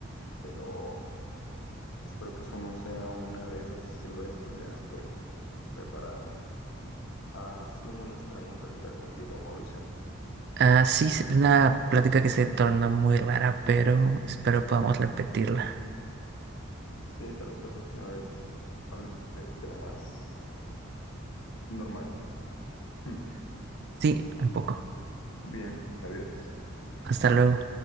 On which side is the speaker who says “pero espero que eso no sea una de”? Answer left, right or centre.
Left